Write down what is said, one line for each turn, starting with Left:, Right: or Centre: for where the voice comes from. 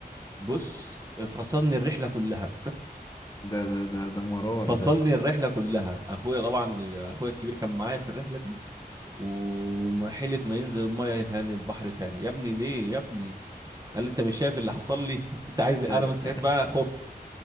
Right: بص فصلني الرحله كلها
Left: ده ده ده ده مرار
Right: فصلني
Left: ده
Right: الرحله كلها اخويا طبعا اخويا الكبير كان معايا في الرحله دي وما حلف ما ينزل الميه تاني البحر تاني يا ابني ليه يا ابني قال لي انت مش شايف اللي حصل لي <laughs> انت عايز إيه؟
Left: مم.
Right: انا من ساعتها بقى خفت